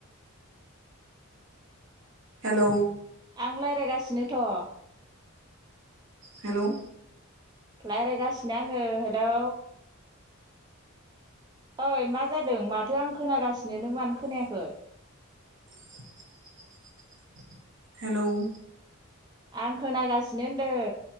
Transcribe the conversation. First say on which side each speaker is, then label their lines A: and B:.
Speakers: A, on the right; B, on the right.
A: हेलौ
B: आं रायज्लायगासिनोथ'
A: हेल'
B: रायज्लायगासिनो आङो हेलौ ओइ मा जादों माथो आं खोनागासिनो नों मानो खोनायाखै?
A: <unintelligible> हेल'।
B: आं खोनागासिनो होनदों।